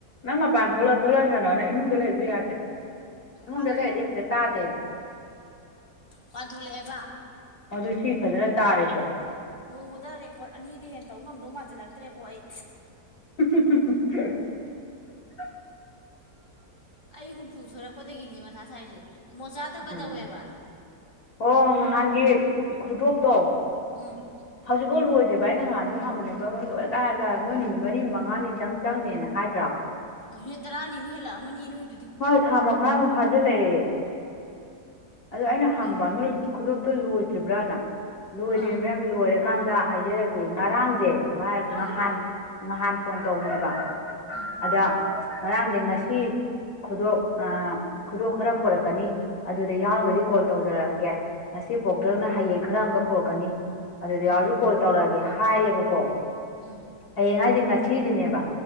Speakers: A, on the left; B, on the left.
A: ꯅꯃ ꯄꯥꯟ ꯊꯣꯂꯣ ꯊꯣꯂ ꯁꯥꯟꯅꯅ ꯏꯃꯨꯡꯗ ꯂꯩ ꯑꯗꯨ ꯌꯥꯗ꯭ꯔꯦ
B: ꯃꯄꯥꯟ
A: ꯏꯃꯨꯡ ꯂꯩꯔꯗꯤ ꯍꯧꯁꯦ ꯇꯥꯗꯦꯕ
B: ꯄꯥꯟꯊꯂꯛꯦꯕ
A: ꯑꯗꯨ ꯁꯤ ꯐꯖꯅ ꯇꯥꯔꯦꯁꯦ
B: ꯅꯣꯡꯃꯗ ꯔꯦꯀꯣꯔꯠ ꯑꯅꯤꯗꯤ ꯍꯦꯟꯅ ꯇꯧꯕ ꯉꯝꯗꯧ ꯃꯥꯟꯁꯤꯜꯂꯛꯇ꯭ꯔꯦꯕꯣ ꯑꯩ
A: <unintelligible>
B: ꯑꯩ ꯍꯨꯝꯐꯨ ꯁꯣꯏꯨꯔꯛꯄꯗꯒꯤꯅꯦ ꯃꯊ ꯁꯥꯏꯁꯦ ꯃꯣꯆꯥꯗꯣ ꯀꯗꯧꯋꯦꯕ
A: ꯎꯝ ꯑꯣꯣ ꯅꯍꯥꯟꯒꯤ ꯈꯨꯗꯣꯞꯇꯣ
B: ꯎꯝ
A: ꯍꯧꯖꯤꯛꯐꯥꯎ ꯂꯣꯏꯗ꯭ꯔꯤꯕꯚ ꯑꯏ ꯉꯥꯁꯨ ꯍꯥꯡꯃꯅꯦꯕ ꯑꯃ ꯂꯣꯏꯔ ꯀꯥꯏ ꯍꯥꯏꯔꯒ ꯃꯣꯏ ꯅꯨꯃꯤꯠ ꯃꯔꯤ ꯃꯉꯥꯅꯤꯗꯪ ꯆꯪꯅꯤꯅ ꯍꯥꯏꯗ꯭ꯔꯥ
B: ꯀ ꯅꯣꯏ ꯇꯔꯥꯅꯤꯃꯨꯛ ꯍꯦꯜꯂꯛꯑꯃꯅꯤ ꯅꯣꯏ
A: ꯍꯣꯏ ꯊꯥ ꯃꯈꯥꯃꯨꯛ ꯐꯥꯖꯤꯜꯂꯛꯑꯦ ꯑꯗꯨꯗꯣ ꯑꯩꯅ
B: ꯑꯦ
A: ꯍꯪꯕ ꯅ ꯈꯨꯗꯣꯞꯇꯣ ꯂꯣꯏꯗ꯭ꯔꯤꯕ꯭ꯔꯅ ꯂꯣꯏꯗ꯭ꯔꯦ
B: ꯑꯥ
A: ꯃꯌꯥꯝ ꯂꯣꯏ ꯀꯥꯟꯗ ꯍꯥꯏꯖꯔꯛꯀꯦ ꯉꯔꯥꯡꯖꯦ ꯁꯨꯃꯥꯏ ꯍꯥꯏꯔꯛꯄ
B: ꯎꯝ
A: ꯅꯍꯥꯟ ꯅꯍꯥꯟ ꯐꯣꯟ ꯇꯧꯕꯅꯦꯕ
B: ꯎꯝ
A: ꯑꯗ ꯉꯔꯥꯡꯖꯦ ꯉꯁꯤ ꯈꯨꯗꯣ ꯑ ꯈꯨꯗꯣ ꯈꯔ ꯄꯣꯔꯛꯀꯅꯤ ꯑꯗꯨꯗ ꯌꯥꯎꯔꯒꯗꯤ ꯀꯣꯜ ꯇꯧꯖꯔꯛꯑꯒꯦ ꯉꯁꯤ ꯄꯣꯔꯛꯇꯔ꯭ꯒꯅ ꯍꯌꯦꯡ ꯈꯔ ꯑꯃꯒ ꯄꯣꯔꯛꯀꯅꯤ ꯑꯗꯨꯗ
B: ꯎꯝ
A: ꯌꯥꯎꯔꯁꯨ ꯀꯣꯜ ꯇꯧꯔꯛꯑꯒꯦ ꯍꯥꯏꯔꯦꯕꯀꯣ
B: ꯎꯝ
A: ꯍꯌꯦꯡ ꯍꯥꯏꯁꯦ ꯉꯁꯤꯁꯤꯅꯦꯕ